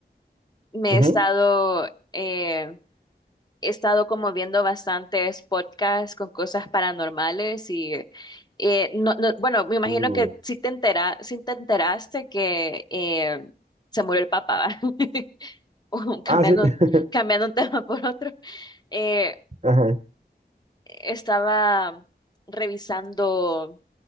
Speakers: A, on the left; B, on the right.
A: me
B: Ujú.
A: he estado, eh, he estado como viendo bastantes podcasts con cosas paranormales y, eh, no, no- bueno, me imagino
B: Mm.
A: que sí te entera, sí te enteraste que eh, se murió el papá, <laughs> Cambiando,
B: Ah, sí. <laughs>
A: cambiando un <laughs> tema por otro. Eh,
B: Ajá.
A: estaba revisando